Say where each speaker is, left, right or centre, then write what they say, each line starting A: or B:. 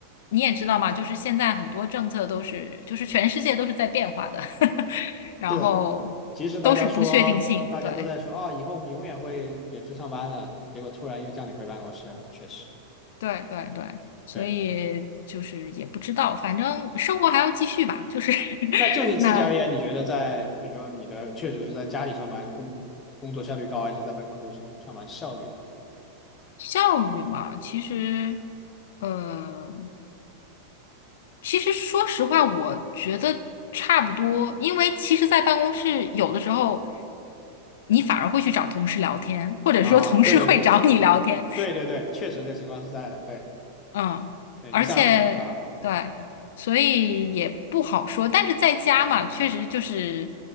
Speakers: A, on the left (about 55°); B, on the left (about 25°).
A: 你也知道嘛，就是现在很多政策都是，就是全世界都是在变化的，<laughs> 然后都是不确定性。
B: 是。即使大家说大家都在说啊，
A: 对，
B: 以后我们永远会远程上班了，结果突然又叫你回办公室了，确实。
A: 对，对，对，所以就是也不知道，
B: 对。
A: 反正生活还要继续吧。就是 <laughs>
B: 那就你自己而言，
A: 那。
B: 你觉得在比如说你的确实是在家里上班工工作效率高，还是在办公室上班效率高？
A: 效率嘛，其实，呃，其实说实话，我觉得差不多，因为其实，在办公室有的时候，你反而会去找同事聊天，或者说同事会找你聊天，
B: 啊，对对对对对对，确实这情况是在的。对
A: 嗯，
B: 对，
A: 而且对，
B: 你想啊
A: 所以也不好说。但是在家嘛，确实就是